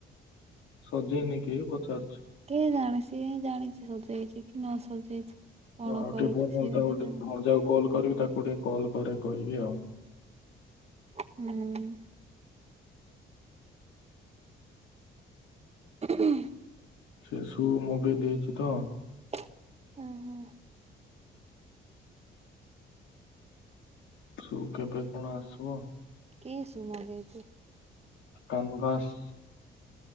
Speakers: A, on the left; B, on the right.
A: ସଜେଇନି କି ପଚାରୁଛି?
B: କିଏ ଜାଣେ ସିଏ ହିଁ ଜାଣିଛି ସଜେଇଛି କି ନ ସଜେଇଛି? କଣ
A: ଆଉ
B: କରୁଛି
A: ଟିକେ ପ ନହେଲେ
B: ସେ
A: ତାଙ୍କୁ
B: ଏକା ଜାଣିଛି
A: ଭଣଯାକୁ କଲ୍ କରିବି ତାକୁ ଟିକେ କଲ୍ କରେ କହିବି ଆଉ
B: ହୁଁ। ହଁ ହୁଁ
A: ସେସୁ ମଗେଇ ଦେଇଛି ତ।
B: ହୁଁ ହୁଁ।
A: ସୁ କେବେ କଣ ଆସିବ?
B: କେ ସୁମରେଛୁ?
A: କାନଭାସ।